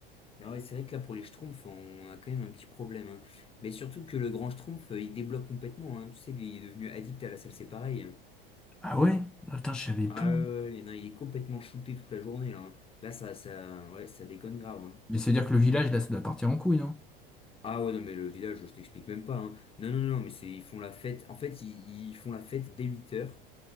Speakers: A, on the left (about 20°); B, in the centre.
A: Ah ouais, c'est vrai que là, pour les Schtroumpfs, on a quand même un petit problème. hein. Mais surtout que le grand Schtroumpf, euh, il débloque complètement. hein. Tu sais qu'il est devenu addict à la salle, c'est pareil. hein.
B: Ah ouais? Ah, Putain, je savais
A: Ah
B: pas.
A: ouais, ouais, ouais, ouais. non, il est complètement shooté toute la journée, là. hein. Là, ça, ça, ouais, ça déconne grave. hein.
B: Mais ça veut dire que le village, là, ça doit partir en couille, hein.
A: Ah ouais, non, mais le village, je t'explique même pas. hein. Non, non, non, mais c'est, ils font la fête. En fait, ils, ils font la fête dès huit heures